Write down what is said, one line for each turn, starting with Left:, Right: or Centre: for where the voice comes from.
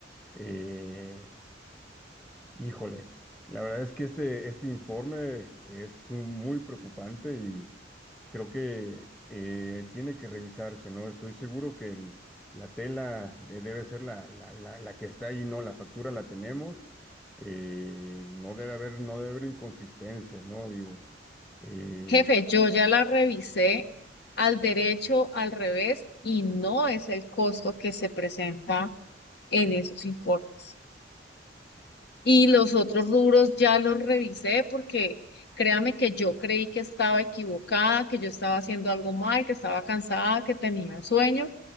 Centre: eh, Híjoles, la verdad es que este, este informe es un- muy preocupante y creo que eh, tiene que revisarse, ¿no? Estoy seguro que el- la tela de- debe ser la, la, la, la que está ahí, ¿no? La factura la tenemos, eh, no debe haber, no debe haber inconsistencias, ¿no? Digo, eh,
Left: Jefe, yo ya la revisé al derecho, al revés, y no es el costo que se presenta en esos informes. Y los otros rubros ya los revisé porque créame que yo creí que estaba equivocada, que yo estaba haciendo algo mal, que estaba cansada, que tenía sueño